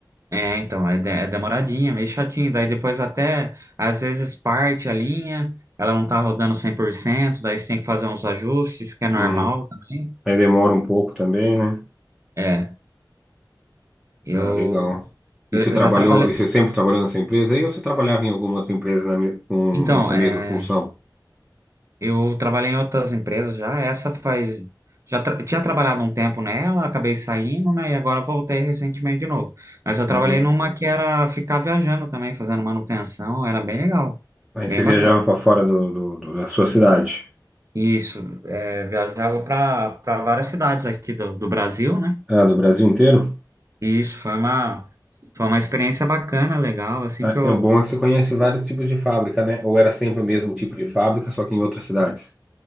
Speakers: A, on the right (about 40°); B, in the centre.
A: É, então, é, de- é demoradinha, meio chatinho. Daí depois até, às vezes, parte a linha, ela não tá rodando 100%. daí você tem que fazer uns ajustes, que é normal
B: Uhum.
A: também.
B: Aí demora um pouco também, né?
A: É, eu,
B: Ah, legal. E
A: eu,
B: você trabalhou,
A: eu já trabalhei.
B: e você sempre trabalhou nessa empresa aí ou você trabalhava em alguma outra empresa na me- com,
A: Então,
B: nessa
A: é,
B: mesma função?
A: eu trabalhei em outras empresas já, essa faz. Já tra- tinha trabalhado um tempo nela, acabei saindo, né? E agora voltei recentemente de novo. Mas eu
B: Uhum.
A: trabalhei numa que era ficar viajando também, fazendo manutenção, era bem legal,
B: Aí
A: bem
B: você viajava
A: bacana.
B: para fora do, do- do- da sua cidade?
A: Isso, é, viajava para para várias cidades aqui do, do Brasil, né?
B: Ah, do Brasil inteiro?
A: E isso foi uma foi uma experiência bacana, legal, assim
B: Ah,
A: que eu
B: é o bom é que você conhece vários tipos de fábrica, né? Ou era sempre o mesmo tipo de fábrica, só que em outras cidades?